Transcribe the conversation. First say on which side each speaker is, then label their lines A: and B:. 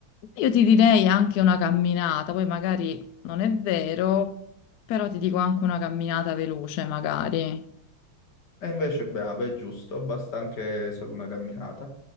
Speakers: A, on the left; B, on the left.
A: Io ti direi anche una camminata, poi magari non è vero, però ti dico anche una camminata veloce, magari.
B: E invece bravo, è giusto, basta anche solo una camminata.